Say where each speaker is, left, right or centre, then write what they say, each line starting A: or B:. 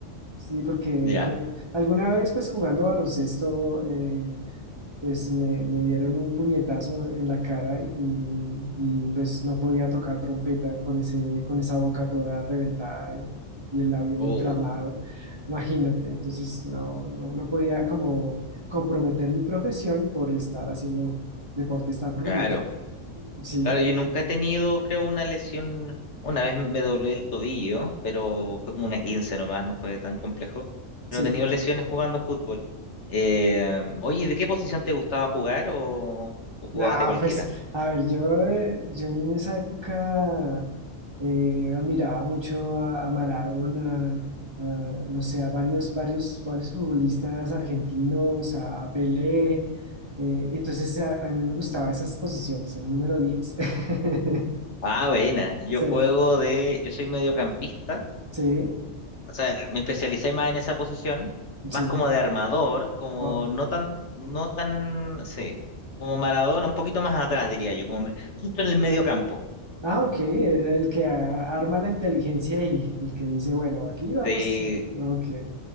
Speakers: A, on the right; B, on the left.
A: Sí, porque
B: Ya.
A: al- alguna vez, pues jugando baloncesto, eh, pues me, me dieron un puñetazo en la cara y, y, pues no podía tocar trompeta con ese, con esa boca toda reventada y, y el labio inflamado,
B: Oh,
A: <laughs> imagínate, entonces no, no, no podía como comprometer mi profesión por estar haciendo deportes tan rudos.
B: claro.
A: Sí,
B: Claro, yo nunca he tenido, creo, una lesión. Una vez me doblé el tobillo, pero fue como una 15 nomás, no fue tan complejo.
A: sí.
B: No he tenido lesiones jugando fútbol. Eh, oye, ¿de qué posición te gustaba jugar o, o jugabas
A: No,
B: de cualquiera?
A: pues, a ver, yo, eh, yo en esa época eh, admiraba mucho a, a Maradona, a- no sé, a varios, varios, varios futbolistas argentinos, a, a Pelé. eh, entonces, a, a mí me gustaban esas posiciones, el número diez <laughs>
B: Ah, buena. Yo
A: Sí,
B: juego de, yo soy mediocampista
A: sí,
B: O sea, me especialicé más en esa posición,
A: sí.
B: más como de armador, como
A: Oh,
B: no tan, no tan, sí, como Maradona, un poquito más atrás, diría yo, como me- justo en el medio campo.
A: Ah, ok, el, el que a- arma la inteligencia y el que dice, bueno, aquí vamos,
B: Sí,
A: ok.